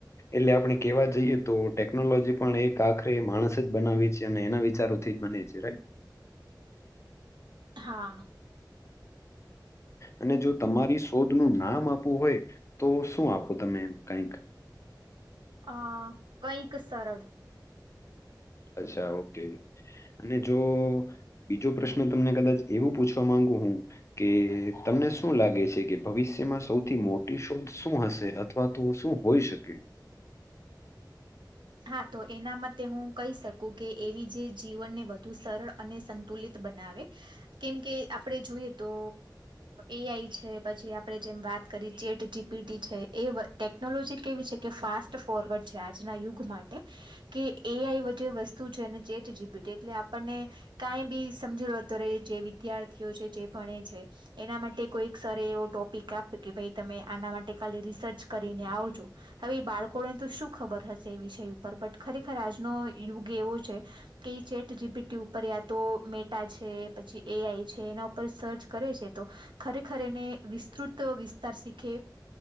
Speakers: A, on the left; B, on the right.
A: એટલે આપણે કેવા જઈએ તો ટેકનોલોજી પણ એક આખ માણસ જ બનાવે છે અને એના વિચારોથી જ બને છેઈ
B: હા
A: અને જો તમારી શોધ નું નામ આપવું હોય તો શું આપો તમે કઈક
B: અ કઈક સરળ
A: અચ્છા ઓકે અને જો બીજો પ્રશ્ન તમને કદાચ એવું પૂછવા માંગુ હું કે તમને શું લાગે છે કે ભવિષ્યમાં સૌથી મોટી શોધ શું હશે અથવા તો શું હોઈ શકે
B: હા તો એના માટેતે હું કહી શકું કે એવી જે જીવનને વધુ સરળ અને સંતુલિત બનાવે કેમ કે આપણે જોઈએ તો એઆઈ છે પછી આપણે જેમ વાત કરી ચેટજી છે એ ટેકનોલોજી કેવી છે કે ફાસ્ટ ફોરવર્ડ છે આજના યુગ માટે કે એ આઈ આ જે વસ્તુ છે અને ચેટ જીબીટી એટલે આપણને કાંઈ બી સમજીૂ લોતો રે જે વિદ્યાર્થીઓ છે જે ભણે છે. એના માટે કોઈ સર એવો ટોપિક આપ્યો કે ભાઈ તમે આના માટે કાલી રિસર્ચ કરીને આવજો હવે એ બાળકોને તો શું ખબર હશે એ વિષય ઉપર બટ ખરેખર આજનો યુગ એવો છે. કઈ ચેટ જીબીટી્ય ઉપર યા તો મેટા છે પછી એઆઈ છે એના ઉપર સર્ચ કરે છે તો ખરેખરે ને વિસ્તૃત વિસ્તાર શીખે